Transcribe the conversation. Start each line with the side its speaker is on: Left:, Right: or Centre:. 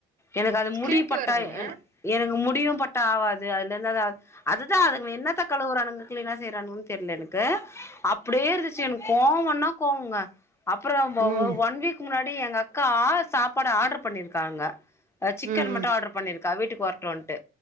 Left: எனக்கு அது முடி
Right: கேட்டு
Left: பட்டா
Right: வருதுங்க
Left: என எனக்கு முடியு பட்டா ஆவாது அதுல இருந்து அது அதுதா அதுங்க என்னத்தக் களுவுறானுங்க கிளீனா செய்றானுங்கன்னு தெரில எனக்கு அப்டியே இருந்துச்சு எனக்கு கோவன்னா கோவொங்க அப்பறோ ஒ ஒ
Right: ம்
Left: ஒரு ஒன் வீக் முன்னாடி எங்க அக்கா சாப்பாடு ஆர்டர் பண்ணிருக்காங்க அ சிக்கன்
Right: ம்
Left: மட்டு ஆர்டர் பண்ணிருக்கா வீட்டுக்கு வரட்டுன்ட்டு